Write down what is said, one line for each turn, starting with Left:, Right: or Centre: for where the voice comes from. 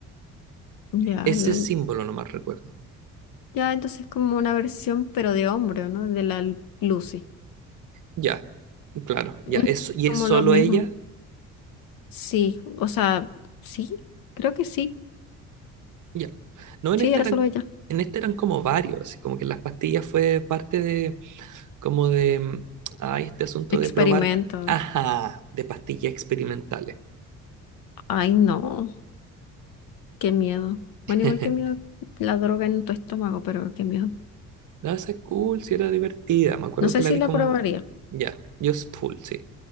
Left: Ya,
Right: Ese
Left: la-
Right: símbolo nomás recuerdo.
Left: ya entonces como una versión, pero de hombre, ¿no? De la Lu- Lucy.
Right: Ya, claro,
Left: Mm,
Right: ya, es, y
Left: Como
Right: es solo
Left: lo mismo.
Right: ella,
Left: Sí, o sea, sí, creo que sí.
Right: ya. No, en
Left: Sí,
Right: esta
Left: era
Right: eran,
Left: solo ella.
Right: en esta eran como varios, así como que las pastillas fue parte de, como de, mm, ay, este asunto
Left: Experimento.
Right: de probar, ajá, de pastillas experimentales.
Left: Ay, no, qué miedo. Bueno,
Right: <laughs>
Left: igual que miedo la droga en tu estómago, pero qué miedo.
Right: No, esa es cool, sí era divertida. Me acuerdo
Left: No sé
Right: que la
Left: si
Right: vi
Left: la
Right: como.
Left: probaría.
Right: Ya, Just Full, sí.